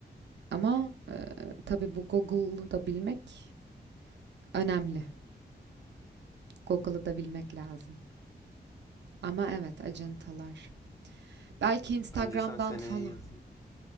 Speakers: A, on the right; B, on the left.
A: Ama eee, tabii bu Google'u da bilmek önemli. Google'ı da bilmek lazım. Ama evet, acentalar. Belki Instagram'dan
B: Bence sen seneye
A: falan.
B: yazın.